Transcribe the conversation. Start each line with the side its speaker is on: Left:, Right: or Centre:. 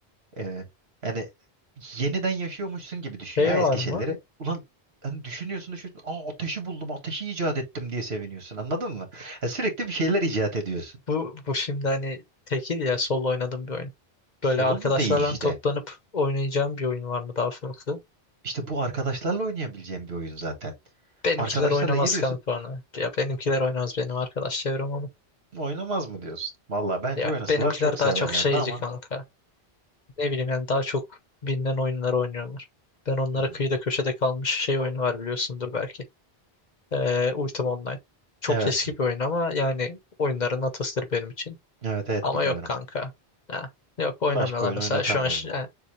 Right: Ee, yani yeniden yaşıyormuşsun gibi düşün
Left: Şey
Right: ya
Left: var
Right: eski
Left: mı?
Right: şeyleri. Ulan hani düşünüyorsun düşünüyorsun. Aa ateşi buldum, ateşi icat ettim diye seviniyorsun. Anladın mı? Ya sürekli bir şeyler icat ediyorsun.
Left: Bu bu şimdi hani tekil ya solo oynadığım bir oyun.
Right: Solo
Left: Böyle arkadaşlarla
Right: da değil işte.
Left: toplanıp oynayacağım bir oyun var mı daha farklı?
Right: İşte bu arkadaşlarla oynayabileceğim bir oyun zaten.
Left: Benimkiler
Right: Arkadaşlarla
Left: oynamaz
Right: giriyorsun,
Left: kanka onu. Ya benimkiler oynamaz benim arkadaş çevrem onu.
Right: oynamaz mı diyorsun? Valla bence
Left: Ya
Right: oynasalar
Left: benimkiler
Right: çok severlerdi
Left: daha çok şeyci
Right: ama.
Left: kanka. Ne bileyim yani daha çok bilinen oyunları oynuyorlar. Ben onlara
Right: Hmm,
Left: kıyıda köşede kalmış şey oyunu var biliyorsundur belki. Ee, Ultima Online. Çok
Right: Evet,
Left: eski bir oyun ama yani oyunların atasıdır benim için.
Right: evet, evet
Left: Ama
Right: biliyorum.
Left: yok kanka. Ha, yok oynamıyorlar
Right: Başka oyun
Left: mesela.
Right: oynatamıyorum.
Left: Şu an ş- yani